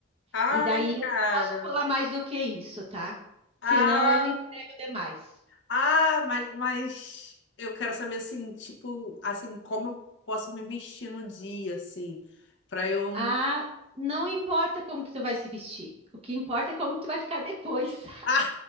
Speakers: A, on the left (about 55°); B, on the right (about 30°).
A: Ai,
B: E daí eu
A: cara.
B: não posso falar mais do que isso, tá?
A: Ah,
B: Senão eu entrego demais.
A: Ah, mas, mas eu quero saber assim, tipo, assim, como eu posso me vestir no dia, assim, pra eu.
B: Ah, não importa como que tu vai se vestir. O que importa é como que tu vai ficar depois,
A: Ah,